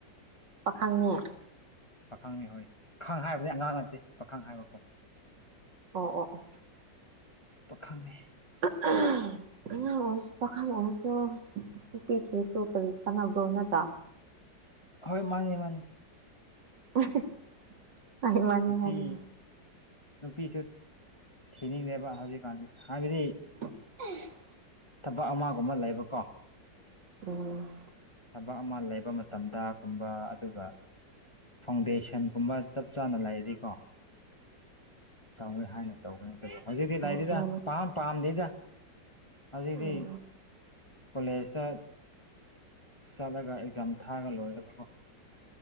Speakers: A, on the right (about 75°); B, on the left (about 20°).
A: ꯄꯥꯈꯪꯅꯦ
B: ꯄꯥꯈꯪꯅꯤ ꯍꯣꯏ ꯄꯥꯈꯪ ꯍꯥꯏꯕꯅꯤ ꯑꯉꯥꯡ ꯅꯠꯇꯦ ꯄꯥꯈꯪ ꯍꯥꯏꯕꯀꯣ
A: ꯑꯣ ꯑꯣ ꯑꯣ
B: ꯄꯥꯈꯪꯅꯦ
A: <unintelligible> ꯑꯉꯥꯡ ꯑꯣꯏꯔꯁꯨ ꯄꯥꯈꯪ ꯑꯣꯏꯔꯁꯨ ꯑꯣ ꯅꯨꯄꯤ ꯊꯤꯔꯥꯁꯨ ꯀꯔꯤ ꯀꯥꯟꯅꯕ꯭ꯔꯣ ꯅꯠꯇ꯭ꯔꯥ
B: ꯍꯣꯏ ꯃꯥꯅꯤ ꯃꯥꯅꯤ
A: <inaudible>
B: ꯅꯨꯄꯤ
A: ꯃꯥꯅꯤ
B: ꯅꯨꯄꯤꯁꯨ ꯊꯤꯅꯤꯡꯗꯦꯕ ꯍꯧꯖꯤꯛꯀꯥꯟꯗꯤ ꯍꯥꯏꯕꯗꯤ
A: <unintelligible>
B: ꯊꯕꯛ ꯑꯃꯒꯨꯝ ꯑꯃ ꯂꯩꯕꯀꯣ
A: ꯎꯝ
B: ꯊꯕꯛ ꯑꯃ ꯂꯩꯕ ꯃꯇꯝꯗ ꯀꯨꯝꯕ ꯑꯗꯨꯒ ꯐꯥꯎꯟꯗꯦꯁꯟꯒꯨꯝꯕ ꯆꯞ ꯆꯥꯅ ꯂꯩꯔꯗꯤꯀꯣ ꯇꯧꯋꯦ ꯍꯥꯏꯅ ꯇꯧꯕꯗꯤ ꯅꯠꯇꯕ ꯍꯧꯖꯤꯛꯇꯤ
A: ꯎꯝ
B: ꯂꯥꯏꯔꯤꯗ
A: ꯎꯝ
B: ꯄꯥꯝ ꯄꯥꯝꯗꯦꯗ ꯍꯧꯖꯤꯛꯇꯤ
A: ꯎꯝ
B: ꯀꯣꯂꯦꯖꯇ ꯆꯠꯂꯒ ꯑꯦꯛꯖꯥꯝ ꯊꯥꯔꯒ ꯂꯣꯏꯔꯦꯕꯀꯣ